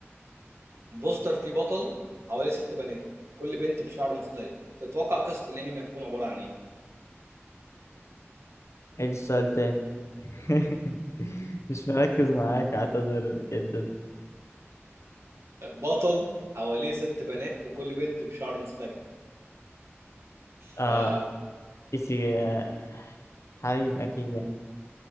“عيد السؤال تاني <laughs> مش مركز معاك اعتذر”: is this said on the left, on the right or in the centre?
Left